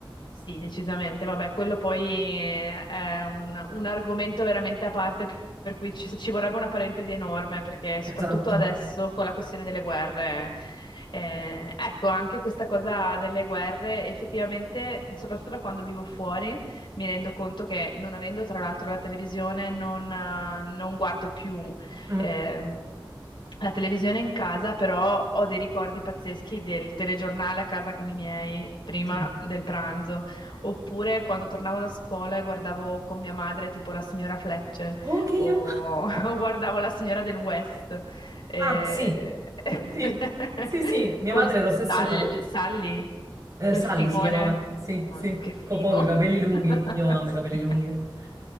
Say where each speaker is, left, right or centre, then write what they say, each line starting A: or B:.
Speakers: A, on the left; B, on the right.
A: sì, decisamente. Vabbè, quello poi è un, un argomento veramente a parte, per cui ci, ci vorrebbe una parentesi enorme, perché
B: Esatto.
A: soprattutto adesso con la questione delle guerre. eh, ecco, anche questa cosa delle guerre, effettivamente, soprattutto da quando vivo fuori, mi rendo conto che non avendo tra l'altro la televisione, non eh, non guardo più.
B: Mm,
A: ehm, la televisione in casa, però ho dei ricordi pazzeschi del telegiornale a casa con i miei prima
B: sì.
A: del pranzo, oppure quando tornavo da scuola e guardavo con mia madre tipo la signora Fletcher
B: Oh, anch'io.
A: o, <laughs> o guardavo la signora del West. E-
B: Ah, sì,
A: <laughs>
B: sì, sì, sì, mia
A: con
B: madre era ossessionata.
A: Sal- Sally,
B: Eh,
A: quel
B: Sally
A: figone.
B: si chiamava, sì,
A: Ma
B: sì,
A: no, che figo.
B: con poco, i capelli
A: <laughs>
B: lunghi, io amo
A: Sì.
B: i capelli lunghi.